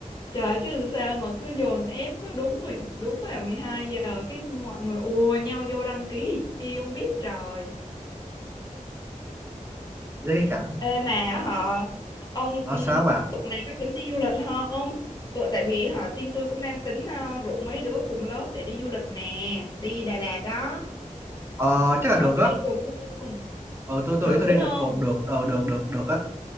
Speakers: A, on the left (about 30°); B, on the right (about 20°).
A: trời ơi, chứ sao mà cứ dồn ép cứ đúng mười- đúng vào 12 giờ cái mọi người ùa nhau vô đăng ký thì chi không biết trời
B: với cái cảnh
A: ê mà họ ông
B: ở
A: ừ,
B: sao bà
A: tuần này có tính đi du lịch không tụi tại vì họ team tôi cũng đang tính ờ, rủ mấy đứa cùng lớp để đi du lịch nè đi Đà Lạt đó
B: ờ, chắc là
A: ông
B: được
A: có
B: á
A: đi cùng với tôi không
B: ờ tôi tôi
A: được
B: nghĩ tôi
A: đúng
B: đi được
A: không
B: cùng được ờ được được được á